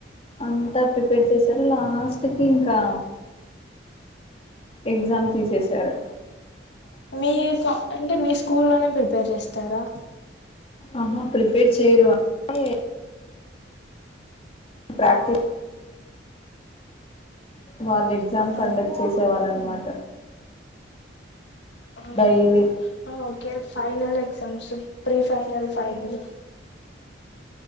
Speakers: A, on the left; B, on the left.
A: అంతా ప్రిపేర్ చేశారు లాస్ట్ చెప్పు ఇంకా ఎగ్జామ్ తీసేసారు
B: మీక అంటే మీ స్కూ లోనే ప్రిపేర్ చేస్తరా
A: ఆహా ప్రిపేర్ చేయరు గానీ ప్రాక్టీస్ వాలది ఎగ్జామ్ కండక్ట్
B: ఆ
A: చేసే వాల్ అనమాట
B: ఆహ
A: daily
B: okay final exams pre final, final